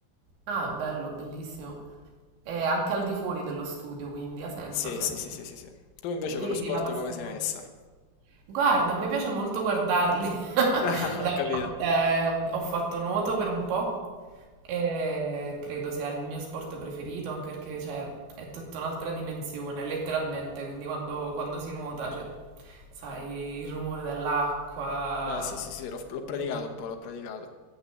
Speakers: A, on the right; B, on the left.
A: Ah, bello, bellissimo. E anche al di fuori dello studio, quindi ha senso,
B: Sì,
A: ha senso.
B: sì, sì, sì, sì, sì. Tu invece
A: E vedi
B: con lo sport
A: la passione.
B: come sei messa?
A: Guarda, a me piace molto guardarli. <laughs>
B: <laughs> Ho
A: Allora,
B: capito.
A: no, ehm, ho fatto nuoto per un po' e credo sia il mio sport preferito, anche perché cioè, è tutta un'altra dimensione, letteralmente. Quindi quando, quando si nuota, cioè, sai, il rumore dell'acqua,
B: Beh, sì, sì, sì, l'ho l'ho
A: mi
B: praticato
A: piace molto.
B: un po', l'ho praticato.